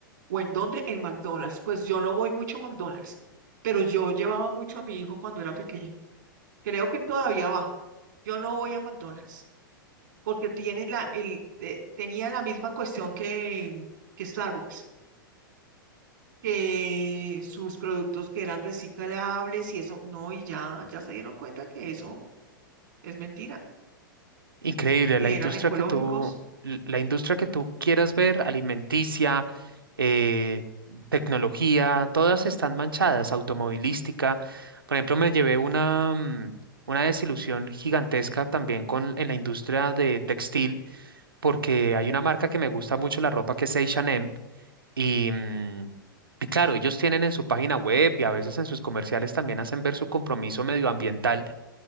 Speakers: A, on the right; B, on the right.
A: ¿O en dónde? En McDonald's. Pues yo no voy mucho a McDonald's, pero yo llevaba mucho a mi hijo cuando era pequeño. Creo que él todavía va. Yo no voy a McDonald's porque tiene la, el, te- tenía la misma cuestión que, que Starbucks, que sus productos que eran reciclables y eso. No, y ya, ya se dieron cuenta que eso es mentira,
B: Increíble,
A: que
B: la industria
A: eran ecológicos.
B: que tú, l- la industria que tú quieras ver, alimenticia, eh, tecnología, todas están manchadas, automovilística. Por ejemplo, me llevé una, mm, una desilusión gigantesca también con, en la industria de textil, porque hay una marca que me gusta mucho la ropa que es H&M y, mm, y claro, ellos tienen en su página web y a veces en sus comerciales también hacen ver su compromiso medioambiental